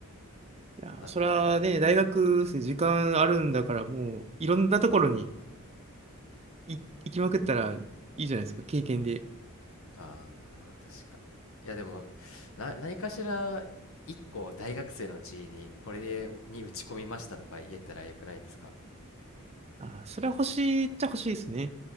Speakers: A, on the right (about 30°); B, on the left (about 65°).
A: やー、
B: なんで、
A: それはね、大学生時間あるんだから、もう、いろんなところにい行きまくったらいいじゃないですか、経験で。
B: ああ、確かに。いや、でも、な、何かしら、一個大学生のうちに、これで、に打ち込みましたとか言えたらよくないですか
A: あー、それは欲しいっちゃ欲しいですね。